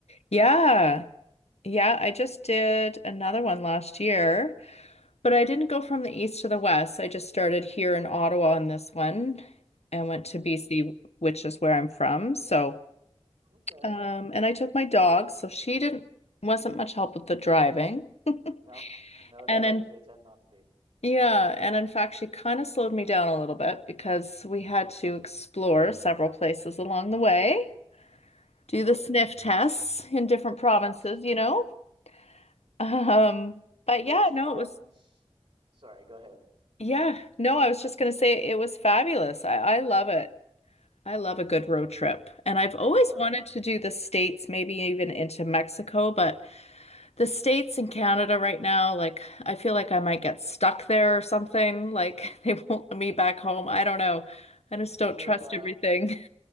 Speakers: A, on the left; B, on the right.
A: Yeah. Yeah, I just did another one last year, but I didn't go from the east to the west. I just started here in Ottawa on this one and went to
B: Okay.
A: BC, which is where I'm from. So,
B: Okay.
A: um, and I took my dog, so she didn't wasn't much help with the driving. <laughs>
B: No. No, they
A: And
B: turn
A: in
B: they tend not to be.
A: Yeah, and in fact, she kind of slowed me down a little bit because we had to explore several places along the way, do
B: Sure.
A: the sniff tests in different provinces,
B: Absolutely.
A: you know. <laughs> Um, but
B: Which
A: yeah, no,
B: province?
A: it was
B: Sorry, go ahead.
A: yeah, no, I was just gonna say it was fabulous. I, I love it. I love a good road trip, and I've always
B: Sure.
A: wanted to do the States, maybe even into Mexico, but. the States and Canada right now, like I feel like I might get stuck there or something. <laughs> Like they won't let me back home. I don't know. I just
B: Yeah.
A: don't trust everything.